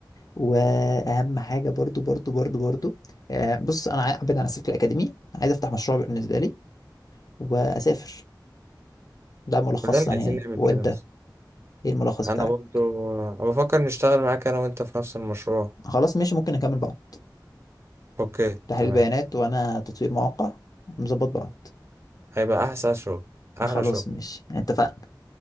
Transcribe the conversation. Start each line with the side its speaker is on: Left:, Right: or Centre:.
Left: واهم حاجه برضو برضو برضو برضو آه، بص انا عا- ابعد عن السلك الاكاديمي عايز افتح مشروع بالنسبه لي واسافر ده ملخصا
Right: كلنا عايزين
Left: يعني
Right: نعمل
Left: وانت
Right: كده
Left: ايه الملخص
Right: انا
Left: بتاعك
Right: برضو أنا بفكر نشتغل معاك انا وانت في نفس المشروع
Left: خلاص ماشي ممكن نكمل بعض
Right: اوكي
Left: تحليل
Right: تمام
Left: بيانات وانا تطوير مواقع نظبط بعض
Right: هيبقى احسن شغل احلى
Left: خلاص
Right: شغل
Left: ماشي اتفقنا